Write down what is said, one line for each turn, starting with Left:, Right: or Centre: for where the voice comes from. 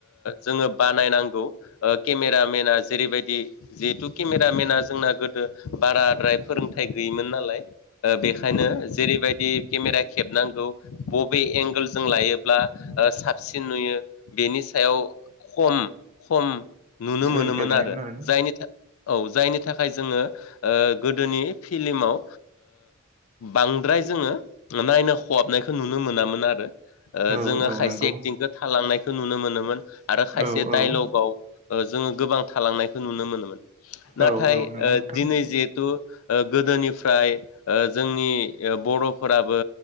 Left: जोङो बानायनांगौ केमेरामेना जेरैबायदि जिहेथु केमेरामेना जोंना गोदो बाराद्राय फोरोंथाइ गैयिमोन नालाय बेखायनो जेरैबायदि केमेरा खेबनांगौ बबे एंगोलजों लायोब्ला साबसिन नुयो बेनि सायाव खम खम नुनो
Right: सोलोंथाइ
Left: मोनोमोन
Right: लानायमोन
Left: आरो
Right: आरोना
Left: जायनि औ जायनि थाखाय जोङो गोदोनि फिल्माव बांद्राय जोङो नायनो खहाबनायखौ नुनो मोनामोन आरो
Right: औ
Left: जोङो
Right: औ
Left: खायसे
Right: नंगौ
Left: एक्टिंखौ थालांनायखौ नुनो मोनोमोन आरो खायसे
Right: औ
Left: दाइलगाव
Right: औ
Left: जों जोङो गोबां थालांनायखौ नुनो मोनोमोन नाथाय
Right: औ औ नंगौ नोंथां
Left: दिनै जे थु गोदोनिफ्राय जोंनि बर'फोराबो